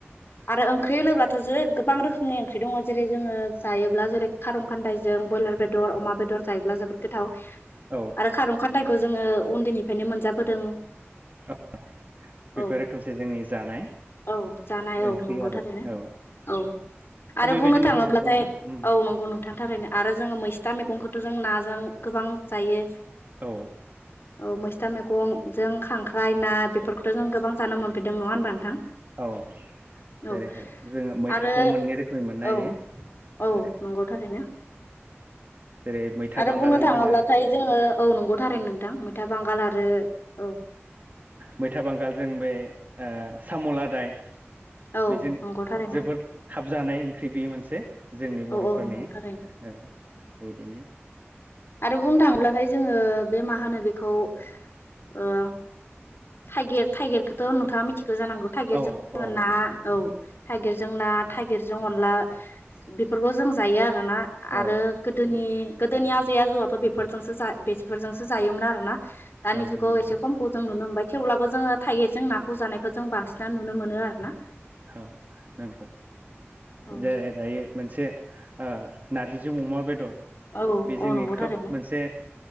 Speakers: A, on the left; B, on the right.
A: आरो ओंख्रि होनोब्लाथ' जे गोबां रोखोमनि ओंख्रि दङ जेरै जोङो जायोब्ला जेरै खार खान्दायजों बयलार बेदर अमा बेदर जायोब्ला जोबोद गोथाव
B: औ
A: आरो खारं खान्दाइखौ जोङो उन्दैनिफ्रायनो मोनजाबोदों
B: औ बेफोर
A: औ
B: रोखोमसे जोंनि जानाय
A: औ जानाय औ
B: ओंख्रि
A: नंगौ
B: आरो
A: थारैनो
B: औ
A: औ
B: दा
A: आरो
B: बेबायदिनो
A: बुंनो थाङोब्लाथाय
B: गोबां दङ उम
A: औ नंगौ नोंथांनि थाखायारैनो आरो जोङो मैस्था मैगंखौथ' जों ना जों गोबां जायो
B: औ
A: औ मैस्था मैगं जों खांख्राइ ना बेफोरखौथ' जों गोबां जानो मोनफिनदों नङा होनबा नोंथां
B: औ
A: औ
B: जेरैहाय जोङो मैथाखौ
A: आरो
B: मोननै रोखोमै मोननो
A: औ
B: हायो
A: औ
B: जेरै
A: नंगौ थारैनो
B: जेरै मैथा
A: आरो
B: बांगालजों
A: बुंनो थाङोब्लाथाय
B: जोङो
A: जोङो औ नंगौथारै नोंथां मैथा बांगाल आरो औ
B: मैथा बांगालजों बे ओ साम'लादाय
A: औ
B: बेजों
A: नंगौ थारैनो
B: जोबद खाब जानाय ओंख्रि बियो मोनसे जोंनि
A: औ
B: बर'फोरनि
A: औ नंगौ थारैनो
B: औ बिदिनो
A: आरो बुंनो थाङोब्लाथाय जोङो बे मा होनो बेखौ ओ थाइगिर थाइगिरखौथ' नोंथाङा मिथिगौ जानांगौ थाइगेरजों
B: औ
A: जोङो
B: औ
A: ना औ थाइगिरजों ना थाइगिरजों अनला बेफोरखौ जों जायो आरोना आरो
B: औ
A: गोदोनि गोदोनि आजै आजौवो बेफोरजोंसो बेफोरजोंसो जायोमोन आरोना दानि जुवा
B: जोंनि
A: एसे खमखौ जों नुनो मोनबाय थेवब्लाबो जोङो थाइगिरजों नाखौ जानायखौ जों बांसिन नुनो मोनो आरो ना
B: औ नंगौ
A: औ
B: बे दायो मोनसे ओ नारजिजों अमा बेदर
A: औ
B: बे जोंनि
A: औ नंगौ
B: खोब
A: थारैनो
B: मोनसे